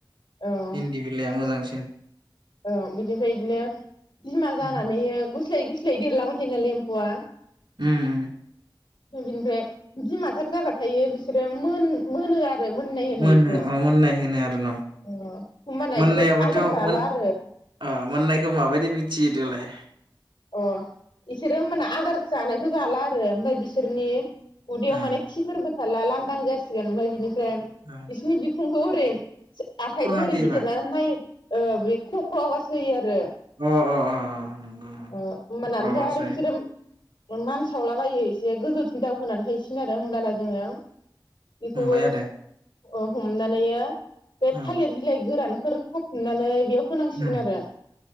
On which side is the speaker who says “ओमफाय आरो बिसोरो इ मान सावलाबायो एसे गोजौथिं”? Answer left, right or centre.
Left